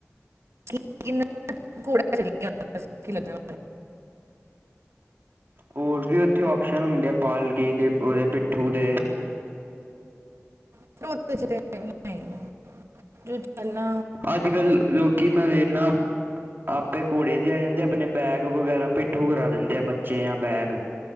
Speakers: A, on the right; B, on the right.
A: <inaudible>
B: ਹੋਰ ਵੀ ਉੱਥੇ ਆਪਸ਼ਨ ਹੁੰਦੇ ਆ। ਪਾਲਕੀ ਦੇ ਉਹਦੇ ਪਿੱਠੂ ਦੇ।
A: <inaudible> <inaudible> ਗੱਲਾਂ
B: ਅੱਜ ਕੱਲ੍ਹ ਲੋਕੀ ਮੈਂ ਵੇਖਦਾ ਆਪੇ ਘੋੜੇ ਤੇ ਆ ਜਾਂਦੇ। ਆਪਣੇ ਬੈਗ ਵਗੈਰਾ ਪਿੱਠੂ ਕਰਾ ਦਿੰਦੇ ਆ ਬੱਚੇ ਜਾਂ ਬੈਗ।